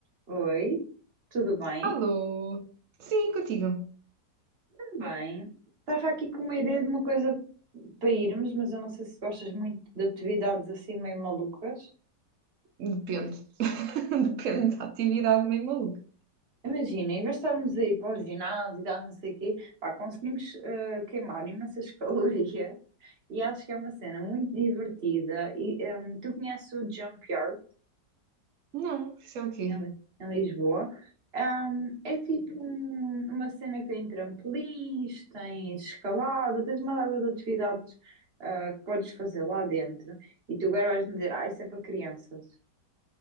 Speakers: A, on the right; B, on the right.
A: Oi, tudo bem?
B: Alô? Sim, contigo.
A: Também. Estava aqui com uma ideia de uma coisa para irmos, mas eu não sei se gostas muito de atividades assim meio malucas.
B: Depende. <laughs> Depende da atividade meio maluca.
A: Imagina, em vez de estarmos aí para o ginásio e tal, não sei o quê, pá, conseguimos eh, queimar imensas <laughs> calorias e acho que é uma cena muito divertida. E ehm, tu conheces o Jump Yard?
B: Não, isso é o quê?
A: em, em Lisboa. Ahm, é tipo um- uma cena que tem trampolins, tens escalada, tens uma data de atividades ah, que podes fazer lá dentro. E tu agora vais-me dizer, ah, isso é para crianças.